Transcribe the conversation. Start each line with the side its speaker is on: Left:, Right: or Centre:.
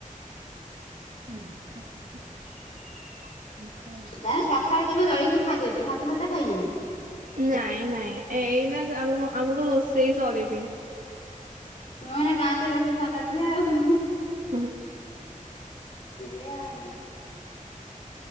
Right: <inaudible> <unintelligible>
Left: ତାଇଲେ ସକାଳେ ତମେ ଜଳିଖିଆ ଖାଇଦଉଚ ଭାତ ଫାତ ଖାଇନ?
Right: ନାଇଁ ନାଇଁ ଏଇନା ଆମ ଆମର ରୋଷେଇ ସରିନି।
Left: ମଁ ମାନେ ଗାଁ ତ ରୋଷେଇ ସରିନଥିବ ଆଉ।
Right: ହୁଁ ହଁ।
Left: ସେଇଆ ଆଉ।